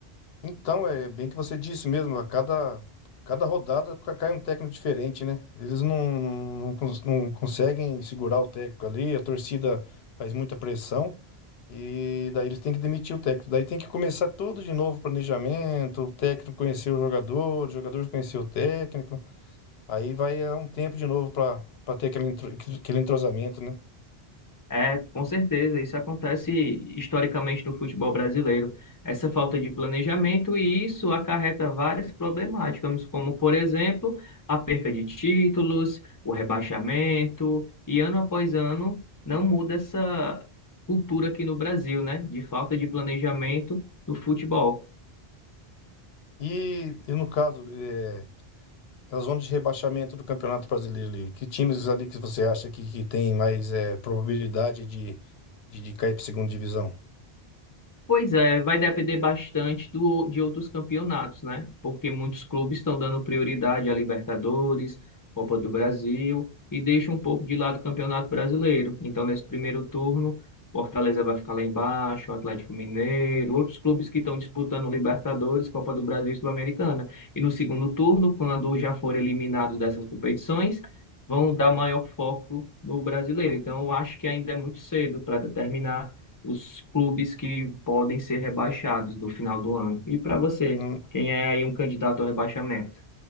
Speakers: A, on the left (about 75°); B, on the left (about 20°).
A: Então, é bem que você disse mesmo, a cada, cada rodada ca- cai um técnico diferente, né? Eles não, não, cons- não conseguem segurar o técnico ali, a torcida faz muita pressão e daí eles têm que demitir o técnico. Daí tem que começar tudo de novo, planejamento, o técnico conhecer o jogador, o jogador conhecer o técnico. Aí vai é, um tempo de novo para ter aquele, entro- aquele entrosamento, né?
B: É, com certeza, isso acontece historicamente no futebol brasileiro. Essa falta de planejamento e isso acarreta várias problemáticas, como, por exemplo, a perca de títulos, o rebaixamento, e ano após ano não muda essa cultura aqui no Brasil, né, de falta de planejamento no futebol.
A: E, e no caso, é, A zona de rebaixamento do Campeonato Brasileiro ali. Que times ali que você acha que, que tem mais é, probabilidade de, de, de cair para segunda divisão?
B: Pois é, vai depender bastante do, de outros campeonatos, né? Porque muitos clubes estão dando prioridade a Libertadores, Copa do Brasil e deixam um pouco de lado o Campeonato Brasileiro. Então, nesse primeiro turno, o Fortaleza vai ficar lá embaixo, o Atlético Mineiro, outros clubes que estão disputando Libertadores, Copa do Brasil e Sul-Americana. E no segundo turno, quando já forem eliminados dessas competições, vão dar maior foco no brasileiro. Então, eu acho que ainda é muito cedo para determinar os clubes que podem ser rebaixados no final do ano. E para você,
A: Hum,
B: quem é aí um candidato ao rebaixamento?